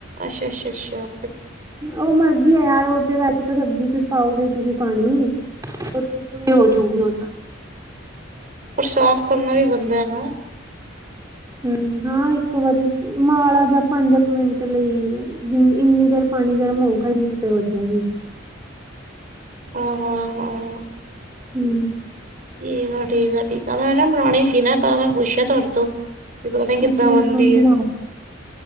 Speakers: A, on the right; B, on the right.
A: ਅੱਛਾ-ਅੱਛਾ-ਅੱਛਾ।
B: ਉਹ ਮਰਜੀ ਆ ਯਾਰ, ਉਹ ਤੇ ਵੈਸੇ ਤਾਂ ਸਬਜ਼ੀ'ਚ ਪਾਓਗੇ ਤੁਸੀ ਪਾਣੀ। <inaudible>
A: ਹੂੰ
B: ਹੋਜੂਗੀ
A: ਹੂੰ
B: ਓਹ ਚਾ
A: ਪਰ ਸਾਫ਼ ਕਰਨਾ ਵੀ ਬਣਦਾ ਐ ਨਾ।
B: ਹੂੰ, ਹਾਂ ਇੱਕ ਵਾਰੀ ਮੜਾ ਜਾਂ ਪੰਜ ਕ ਮਿੰਟ ਲਈ ਇੰਨੀ ਦੇਰ ਪਾਣੀ
A: ਹੂੰ
B: ਗਰਮ ਹੋਊਗਾ,
A: ਹੂੰ
B: ਇਨੇ ਚ ਹੋਜੂਗੀ।
A: ਹਾਂ-ਹਾਂ-ਹਾਂ।
B: ਹੂੰ,
A: ਠੀਕ ਆ-ਠੀਕ ਆ-ਠੀਕ ਆ, ਮੈਂ ਨਾ ਬਨਾਣੀ ਸੀ ਨਾ, ਤਾਂ ਮੈਂ ਪੁੱਛਿਆ ਤੁਹਾਡੇ ਤੋਂ। ਵੀ ਪਤਾ ਨੀ ਕਿੱਦਾਂ
B: ਅੱਛਾ ਮਸ਼ਰੂਮ
A: ਬਣਦੀ
B: ਬਣਾਓ
A: ਐ,